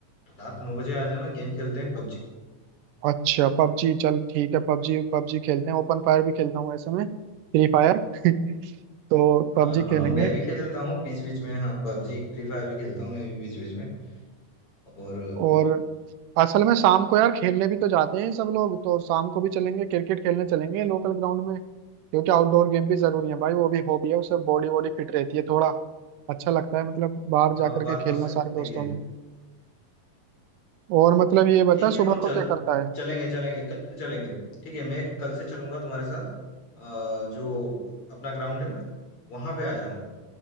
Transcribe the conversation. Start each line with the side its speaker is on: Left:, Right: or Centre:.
Left: रात नौ बजे आ जाना गेम खेलते हैं पबजी
Right: अच्छा पबजी चल ठीक है पबजी पबजी खेलते हैं ओपन फायर भी खेलता हूँ ऐसे में फ्री फायर <laughs> तो
Left: हाँ
Right: पबजी
Left: हाँ
Right: खेलेंगे
Left: मैं भी खेलता हूँ बीच बीच में हाँ पबजी फ्री फायर भी खेलता हूँ मैं भी बीच बीच में और
Right: और असल में शाम को यार खेलने भी तो जाते हैं सब लोग तो शाम को भी चलेंगे क्रिकेट खेलने चलेंगे लोकल ग्राउंड में क्योंकि आउटडोर गेम भी जरूरी है भाई वो भी हॉबी है उससे बॉडी बॉडी फिट रहती है थोड़ा अच्छा लगता है मतलब बाहर
Left: हाँ
Right: जा करके
Left: बात
Right: खेलना
Left: तो सही
Right: सारे दोस्तों
Left: है
Right: में और मतलब ये बता
Left: ठीक है
Right: सुबह
Left: हम
Right: को
Left: चल
Right: क्या करता है
Left: चलेंगे चलेंगे कल से चलेंगे ठीक है मैं कल से चलूंगा तुम्हारे साथ अ, जो अपना ग्राउंड है ना वहां पे आ जाना